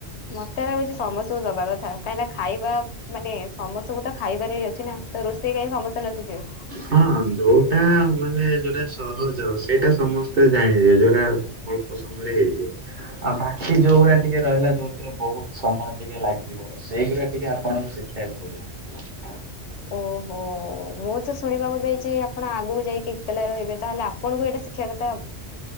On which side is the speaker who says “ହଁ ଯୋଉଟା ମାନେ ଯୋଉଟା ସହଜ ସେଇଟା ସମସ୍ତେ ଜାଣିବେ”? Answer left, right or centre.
Right